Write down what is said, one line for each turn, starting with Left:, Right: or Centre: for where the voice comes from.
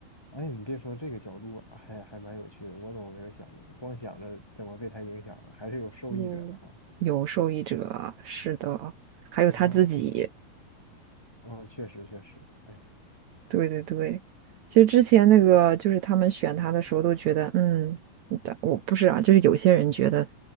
Centre: 哎，你别说这个角度还还蛮有趣的，我怎么没有想过？光想着怎么被他影响了，还是有受益者的哈。
Right: 嗯，有受益者啊是的，还有他自己。
Centre: 哦，嗯，确实确实，哎，
Right: 对对对，其实之前那个就是他们选他的时候都觉得，嗯，但我不是啊，就是有些人觉得